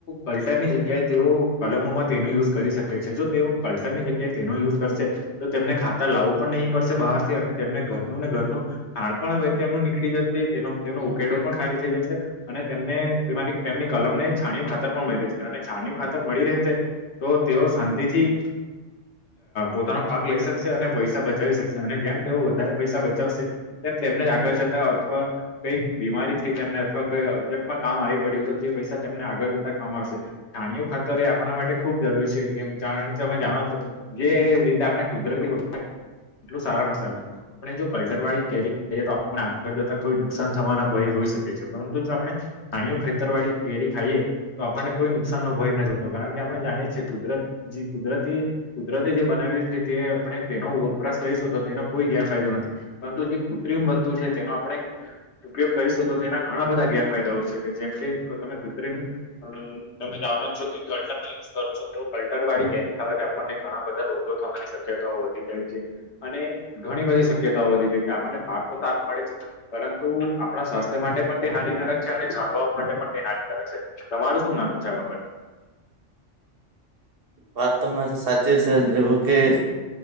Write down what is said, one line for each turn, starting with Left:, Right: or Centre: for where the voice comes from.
Left: કલ્ટર ની જગ્યાએ તેઓ કલમમદ તેનો યુઝ કરી શકે છે જો તેઓ કલ્ટરની જગ્યાએ તેનો યુઝ કરશે તો તેમને ખાતા લાવું પણ નહીં પડશે બહાર થી અને તેમને ઘરનું ને ઘરનું થાણ પણ તેમનું નીકળી જશે તેનો તેમનો ઉકેડો ખાલી થઈ જશે અનેને તેમની કલમ ને છાણ ખાતર પણ મળી જશે અને છાય ખાતર મળી તો તેઓ શાંતિથી પોતાનો પાક લઈ શકશે અને પૈસા બચ બચાવી શકશે અને જેમ તેઓ વધારે પૈસા બચાવશે તેમ તેમને જ આગળ જતા અથવા કઈક બીમારી અથવાજ કામ આવી પડ્યું તો તે પૈસા તેમને આગળ જતા કામ આવશે થાણીઓ ખાતર આપણા માટે ખુબ જરૂરી છે કેમ જા તમે જાણો છો જે રીતે આપણે કુદરતી વરસાદ
Right: હ
Left: એટલુ સારામાં સારું પણએ જો કલ્ટર વાળી કેરી ખાઈએ તો આપણને આગળ જતા નુકશાન થવાના ભય હોઈ શકે પરંતુ જો આપણે છાણીયા ખેતર વાળી કેરી ખાઈએ તો આપણને કોઈ નુકસાન નો ભય નથીતો કારણ કે આપડે જાણીએ છીએ કુદરત જી કુદરતી કુદરતે જે બનાવ્યું તે આપ આપણે વરાશ કરીશું તો તેનો કોઈ ગેરફાયદો નથી પરંતુ જે કૃત્રિમ વસ્તુ છે તેનો આપણે ઉપયોગ કરીશું તો તેના ઘણા બધા ગેરફાયદાઓ છે કે જેમ કે તમે કૃત્રિમ તમે જાણો છો કલ્ટર યુઝ કરો છો તો કલ્ટર વાળી કેરી થવાથી આપણને ઘણા બધા રોગો થવાની શક્યતાઓ હોય છે ાય છે અને ઘણી બધી શક્યતાઓ વધી જાય છે આપણને પાક તો સારું મળે છે પરંતુ આપણા સ્વાસ્થ્ય માટે પણ તે હાનિકારક છે અને ઝાડવા માટે પણ તે હાનિકારક છે તમાર શું માનવ છે આ બાબતે
Right: વાત તો તમારી સાચી છે એવું કે